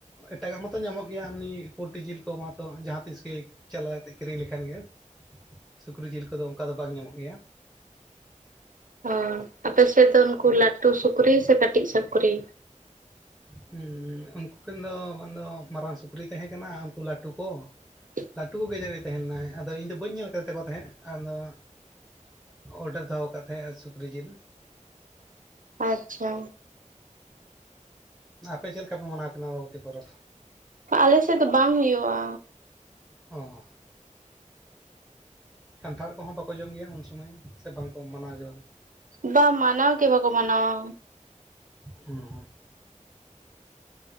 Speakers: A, in the centre; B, on the right.
A: ᱮᱴᱟᱜᱟᱜ ᱢᱟᱛᱚ ᱧᱟᱢᱚᱜ ᱜᱮᱭᱟ ᱮᱢᱱᱤ ᱯᱳᱞᱴ ᱡᱤᱞ ᱠᱚ ᱢᱟᱛᱚ ᱡᱟᱦᱟᱸ ᱛᱤᱥ ᱜᱮ ᱪᱟᱞᱟᱣ ᱠᱟᱛᱮᱫ ᱠᱤᱨᱤᱧ ᱞᱮᱠᱷᱟᱱ ᱜᱮ ᱥᱩᱠᱨᱤ ᱡᱤᱞ ᱠᱚᱫᱚ ᱚᱱᱠᱟ ᱫᱚ ᱵᱟᱝ ᱧᱟᱢᱚᱜ ᱜᱮᱭᱟ
B: ᱚ ᱟᱯᱮᱥᱮᱫ ᱫᱚ ᱩᱱᱠᱩ ᱞᱟᱹᱴᱩ ᱥᱩᱠᱨᱤ ᱥᱮ ᱠᱟᱹᱴᱤᱡ ᱥᱩᱠᱨᱤ
A: ᱦᱩ ᱩᱱᱠᱩᱨᱮᱱ ᱫᱚ ᱵᱟᱝᱫᱚ ᱢᱟᱨᱟᱝ ᱥᱩᱠᱨᱤ ᱛᱟᱦᱮ ᱠᱟᱱᱟ ᱩᱱᱠᱩ ᱞᱟᱹᱴᱩ ᱠᱚ
B: <inaudible>
A: ᱞᱟᱹᱴᱩ ᱜᱮ ᱡᱟᱱᱤᱡ ᱮ ᱛᱟᱦᱮ ᱞᱮᱱᱟᱭ ᱟᱫᱚ ᱤᱧ ᱫᱚ ᱵᱟᱹᱧ ᱧᱮᱞ ᱠᱟᱫᱮ ᱛᱟᱠᱚ ᱛᱟᱦᱮᱸᱫ ᱟᱫᱚ ᱚᱰᱟᱨ ᱫᱚᱦᱚ ᱠᱟᱛᱦᱮ ᱮ ᱥᱩᱠᱨᱤ ᱡᱤᱞ
B: ᱟᱪᱪᱷᱟ
A: ᱟᱯᱮ ᱪᱮᱫ ᱞᱮᱠᱟ ᱯᱮ ᱢᱟᱱᱟᱣ ᱠᱮᱫᱟ ᱟᱢᱵᱟᱵᱚᱛᱤ ᱯᱚᱨᱚᱵᱽ
B: ᱟᱞᱮ ᱥᱮᱫ ᱫᱚ ᱵᱟᱝ ᱦᱩᱭᱩᱜᱼᱟ
A: ᱚ ᱠᱟᱱᱴᱷᱟᱲ ᱠᱚᱦᱚᱸ ᱵᱟᱠᱚ ᱡᱚᱢ ᱜᱮᱭᱟ ᱩᱱ ᱥᱚᱢᱚᱭ ᱥᱮ ᱵᱟᱝᱠᱚ ᱢᱟᱱᱟᱣ ᱜᱮ ᱵᱟᱝ
B: ᱵᱟ ᱢᱟᱱᱟᱣ ᱜᱮ ᱵᱟᱠᱚ ᱢᱟᱱᱟᱣᱟ
A: ᱦᱩ ᱦᱩ